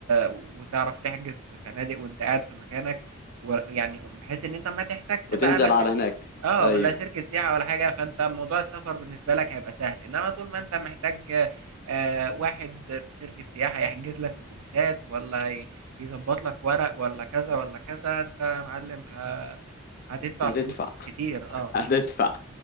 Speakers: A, on the right; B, on the left.
A: وتعرف تحجز في فنادق وانت قاعد في مكانك ويعني بحيث ان انت ما تحتاجش
B: وتنزل
A: بقى لا شركة
B: على هناك
A: اه
B: أيوة
A: لا شركة سياحة ولا حاجة فانت موضوع السفر بالنسبة لك هيبقى سهل انما طول ما انت محتاج آه واحد في شركة سياحة يحجز لك أتوبيسات ولا ي- يظبط لك ورق ولا كذا ولا كذا أنت يا معلم ه- هتدفع
B: هتدفع
A: فلوس كتير
B: <laughs>
A: أه
B: هتدفع